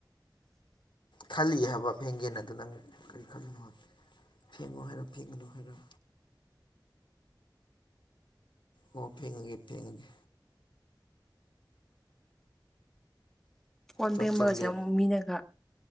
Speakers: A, on the left; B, in the centre.
A: ꯈꯜꯂꯤ ꯍꯥꯏꯕ ꯐꯦꯡꯒꯦꯟ ꯑꯗꯨ ꯅꯪ ꯀꯔꯤ ꯈꯜꯂꯤꯅꯣ ꯐꯦꯡꯉꯨ ꯍꯥꯏꯔꯣ ꯐꯦꯡꯒꯅꯨ ꯍꯥꯏꯔꯣ ꯑꯣ ꯐꯦꯡꯉꯒꯦ ꯐꯦꯡꯉꯒꯦ
B: ꯀꯣꯟ
A: ꯆꯞ
B: ꯐꯦꯡꯕꯒꯁꯦ
A: ꯆꯞ ꯂꯦꯞ
B: ꯑꯃꯨꯛ ꯃꯤꯅꯒ